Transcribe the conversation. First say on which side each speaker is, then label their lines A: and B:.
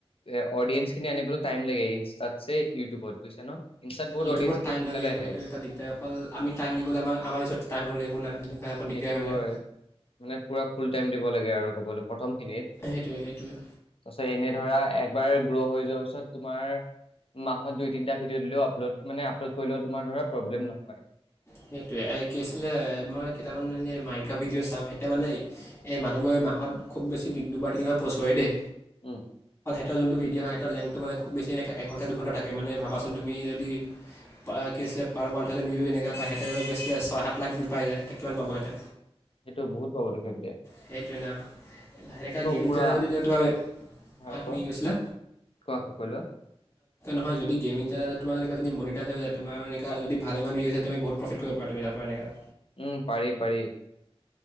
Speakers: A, on the left (about 60°); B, on the left (about 25°).
A: এ অডিয়েঞ্চ খিনি আনিবলৈ টাইম লাগে ইনষ্টাতছে ইউটিউবত বুজিছা ন ইনষ্টাত বহুত
B: ইউটিউবত
A: অডিয়েঞ্চ খিনি
B: টাই
A: সোনকালে
B: লাগ সেইটো
A: আহে,
B: সেইটো এটা দিগদাৰ অকল আমি টাইম দিবলৈ আমা আমাৰ ওচৰত টাইম হব লাগিব না অকণ দিগদাৰ
A: সেইটো
B: হৈ
A: হয়
B: যায়
A: মানে পুৰা ফুল টাইম দিব লাগে আৰু ক'বলৈ প্ৰথম খিনিত
B: সেইটোৱে সেইটোৱে
A: তাৰপিছত এনে ধৰা এক বা গ্ৰ' হৈ যোৱাৰ পিছত তোমাৰ মাহত দুই তিনিটা ভিডিঅ' দিলেও আপলোড মানে আপলোড কৰিলেও তোমাৰ ধৰা প্ৰব্লেম নহয়
B: সেইটোৱে এই কি আছিলে মই কেইটামান এনেই মাইনড কাপ ভিডিঅ' চাওঁ সেঁতে মানে এই মানুহবোৰে মাহত খুব বেছি দুবাৰ তিনিবাৰ প'ষ্ট কৰে দেই
A: উম
B: তাৰ যোনটো ভিডিঅ' হয় তাৰ লেংটো মানে খুব বেছি এনে এণ্টা দুঘণ্টা থাকে মানে ভাবা চোন যদি তুমি পাৰ ওৱান থাউজেণ্ড এনেকা ত সহঁতেত গৈছিলে ছয় সাত লাখ ভি পাই যায় ত' কিমান পাব সিহঁতে
A: উ সেইটো বহুত পাব তেতিয়া
B: সেইটোৱে ন সেনেকুৱা গেমিং
A: পুৰা
B: চ যদি তোমাৰ হে
A: হা কোৱা,
B: কি কৈছিলা
A: কোৱা কোৱা কৈ লোৱা।
B: নহয় যদি গেমিং চানেলত যদি তোমাৰ এনেকা যদি মনিটাইজ হৈ যায় তোমাৰ এনে যদি ভালেমান ভিউজ আহে তুমি বহুত প্ৰফিট কৰিব পাৰা তাৰ পৰা এনেকা
A: উম পাৰি পাৰি